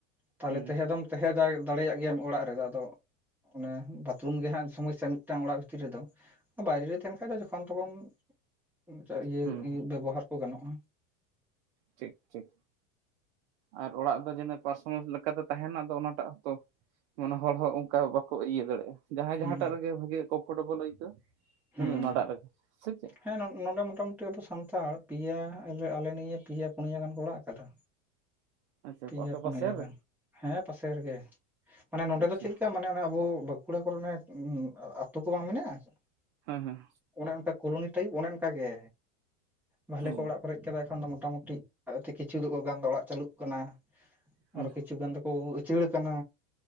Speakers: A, in the centre; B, on the right.
A: ᱛᱟᱦᱚᱞᱮ
B: ᱦᱩᱸ
A: ᱛᱟᱦᱮᱸ ᱫᱚᱢ ᱛᱟᱦᱮᱸ ᱫᱟᱲᱮᱭᱟᱜ ᱜᱮᱭᱟᱢ ᱚᱲᱟᱜ ᱨᱮᱫᱚ ᱟᱫᱚ ᱚᱱᱮ ᱵᱟᱛᱷᱨᱩᱢ ᱜᱮ ᱦᱟᱜ ᱥᱚᱢᱚᱥᱥᱟ ᱢᱤᱫᱴᱟᱝ ᱚᱲᱟᱜ ᱵᱷᱤᱛᱤᱨ ᱨᱮᱫᱚ ᱵᱟᱭᱨᱮ ᱨᱮ ᱛᱟᱦᱮᱱ ᱠᱷᱟᱡ ᱫᱚ ᱡᱚᱠᱷᱚᱱ ᱛᱚᱠᱷᱚᱱ ᱢᱤᱫᱴᱟᱜ ᱤᱭᱟᱹ
B: ᱦᱩᱸ
A: ᱩᱭᱩᱵ ᱵᱮᱵᱚᱦᱟᱨ ᱠᱚ ᱜᱟᱱᱚᱜᱼᱟ᱾
B: ᱴᱷᱤᱠ ᱴᱷᱤᱠ ᱟᱨ ᱚᱲᱟᱜ ᱫᱚ ᱡᱮᱱ ᱯᱟᱨᱥᱚᱱᱟᱞ ᱞᱮᱠᱟᱛᱮ ᱛᱟᱦᱮᱱᱟ ᱟᱫᱚ ᱚᱱᱟᱴᱟᱜ ᱦᱚᱸᱛᱚ ᱢᱟᱱᱮ ᱦᱚᱲ ᱦᱚᱸ ᱚᱱᱠᱟ ᱵᱟᱠᱚ ᱤᱭᱟᱹ ᱫᱟᱲᱮᱜᱼᱟ᱾ ᱡᱟᱦᱟᱸᱭ
A: ᱦᱩᱸ
B: ᱡᱟᱦᱟᱸᱴᱟᱜ ᱨᱮᱜᱮ ᱵᱷᱟᱹᱜᱮ ᱠᱚᱢᱯᱷᱚᱨᱴᱮᱵᱚᱞ ᱟᱹᱭᱠᱟᱹᱜᱣᱟ
A: ᱦᱩᱸ
B: ᱩᱱᱤ ᱚᱱᱟᱴᱟᱜ ᱨᱮᱜᱮ, ᱥᱮ ᱪᱮᱫ?
A: ᱦᱮᱸ ᱱᱚ ᱱᱚᱰᱮ ᱢᱚᱴᱟ ᱢᱩᱴᱤ ᱟᱵᱚ ᱥᱟᱱᱛᱟᱲ ᱯᱮᱭᱟ ᱟᱞᱮ ᱟᱞᱮ ᱱᱤᱭᱟᱹ ᱯᱮᱭᱟ ᱯᱩᱱᱭᱟ ᱜᱟᱱ ᱠᱚ ᱚᱲᱟᱜ ᱟᱠᱟᱫᱟ᱾
B: ᱟᱪᱪᱷᱟ
A: ᱯᱮᱭᱟ
B: ᱟᱯᱮ
A: ᱯᱩᱱᱭᱟ
B: ᱯᱟᱥᱮᱨ ᱨᱮ
A: ᱜᱟᱱ᱾ ᱦᱮᱸ ᱯᱟᱥᱮ ᱨᱮᱜᱮ᱾ ᱢᱟᱱᱮ ᱱᱚᱸᱰᱮ
B: ᱟᱪᱪᱷᱟ
A: ᱫᱚ ᱪᱮᱫ ᱞᱮᱠᱟ ᱢᱟᱱᱮ ᱚᱱᱮ ᱟᱵᱳ ᱠᱩᱲᱟ ᱠᱚᱨᱮ ᱚᱱᱮ ᱟᱹᱛᱩ ᱠᱚ ᱵᱟᱝ ᱢᱮᱱᱟᱜᱼᱟ?
B: ᱦᱮᱸ ᱦᱮᱸ᱾
A: ᱚᱱᱮ ᱚᱱᱠᱟ ᱠᱚᱞᱚᱱᱤ ᱴᱟᱭᱤᱯ ᱚᱱᱮ ᱚᱱᱠᱟ ᱜᱮ᱾ ᱵᱷᱟᱞᱮ
B: ᱚ
A: ᱠᱚ ᱚᱲᱟᱜ ᱯᱮᱨᱮᱡ ᱠᱮᱫᱟ ᱮᱠᱷᱚᱱ ᱫᱚ ᱢᱚᱴ ᱴᱟ ᱢᱩᱴᱤ ᱟ ᱮᱛᱮ ᱠᱤᱪᱷᱩ ᱫᱚ ᱚ ᱜᱟᱱ ᱫᱚ ᱚᱲᱟᱜ ᱪᱟᱹᱞᱩᱜ ᱠᱟᱱᱟ᱾
B: ᱦᱮᱸ
A: ᱟᱨᱚ ᱠᱤᱪᱷᱩ ᱜᱟᱱ ᱫᱚᱠᱚ ᱩᱪᱟᱹᱲ ᱠᱟᱱᱟ᱾